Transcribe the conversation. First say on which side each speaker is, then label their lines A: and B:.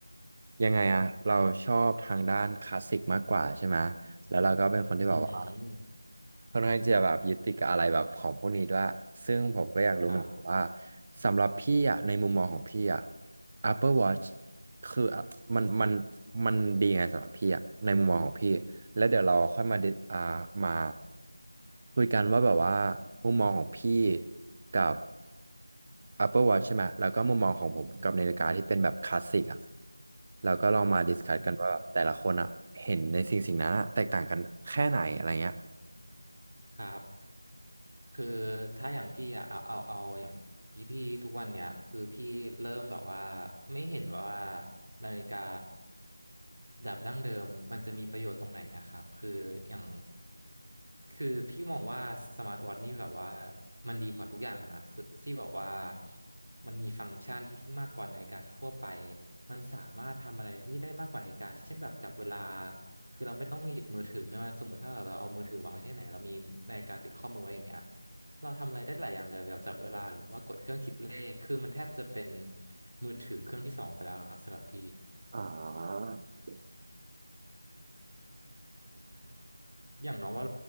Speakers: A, on the right; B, on the right.
A: ยังไงอะเราชอบทางด้านคลาสสิกมากกว่าใช่ไหมแล้วเราก็เป็นคนที่แบบว่า
B: อืม
A: ค่อนข้างที่จะแบบยึดติดกับอะไรแบบของพวกนี้ด้วยซึ่งผมก็อยากรู้เหมือนกันว่า
B: ครับ
A: สำหรับพี่อ่ะในมุมมองของพี่อ่ะ Apple Watch คืออ่ะมันมันมันดีไงสำหรับพี่อะในมุมมองของพี่แล้วเดี๋ยวเราค่อยมาดิอ่ามาคุยกันว่าแบบว่ามุมมองของพี่กับ Apple Watch ใช่ไหมแล้วก็มุมมองของผมกับนาฬิกาที่เป็นแบบคลาสสิกอะแล้วก็ลองมาดิสคัสกันว่าแต่ละคนอะเห็นในสิ่งสิ่งนั้นอะแตกต่างกันแค่ไหนอะไรเงี้ย
B: อืมครับ คือถ้าอย่างพี่อะเอาเอาเอาอย่างที่พี่ทุกวันเนี้ยคือพี่เริ่มแบบว่าไม่เห็นว่านาฬิกาแบบดั้งเดิมมันจะมีประโยชน์ตรงไหนอะครับคืออย่างคือพี่มองว่าสมาร์ทวอทช์นี่แบบว่ามันดีกว่าทุกอย่างอะนะสที่แบบว่ามันมีฟังก์ชันที่มากกว่านาฬิกาทั่วไปมันสามารถทำอะไรที่ได้มากกว่านาฬิกาเช่นแบบจับเวลาคือเราไม่ต้องหยิบมือถือขึ้นมาสมมติถ้าแบบเราเอามือถือวางไว้ที่ไหนเรามีนาฬิกาติดข้อมือไว้อย่างเงี้ย เราทำอะไรได้หลายอย่างเลยแบบจับเวลาหรือว่ากดเครื่องคิดเลขคือมันแทบจะเป็นมือถือเครื่องที่สองไปแล้วครับสำหรับพี่
A: อ่า
B: อย่างน้องว่า